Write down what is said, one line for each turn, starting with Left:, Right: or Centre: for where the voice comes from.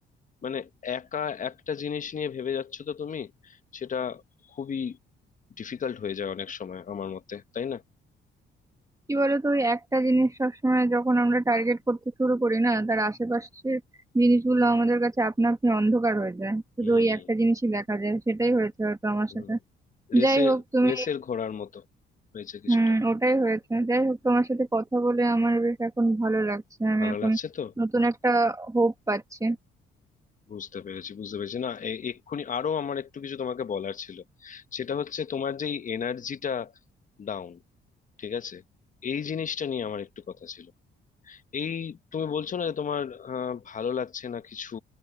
Left: মানে একা একটা জিনিস নিয়ে ভেবে যাচ্ছ তো তুমি সেটা খুবই ডিফিকাল্ট হয়ে যায় অনেক সময় আমার মতে তাই না
Right: কি বলতো ওই একটা জিনিস সবসময় যখন আমরা টার্গেট করতে শুরু করি না তার আশেপাশের জিনিসগুলো আমাদের কাছে আপনা আপনি অন্ধকার হয়ে যায় শুধু
Left: হুম
Right: ওই একটা জিনিসই দেখা যায় সেটাই হয়েছে হয়তো আমার
Left: হুম
Right: সাথে
Left: লেসের
Right: যাই হোক তুমি
Left: লেসের ঘোড়ার মতো হয়েছে কিছুটা
Right: হুম ওটাই হয়েছে যাই হোক তোমার সাথে কথা বলে আমার বেশ এখন ভালো লাগছে আমি
Left: ভালো
Right: এখন
Left: লাগছে তো
Right: নতুন একটা হোপ পাচ্ছি
Left: বুঝতে পেরেছি বুঝতে পেরেছি না এ- এক্ষুনি আরো আমার একটু কিছু তোমাকে বলার ছিল সেটা হচ্ছে তোমার যেই এনার্জিটা ডাউন ঠিক আছে এই জিনিসটা নিয়ে আমার একটু কথা ছিল এই তুমি বলছো না যে তোমার আহ, ভালো লাগছে না কিছু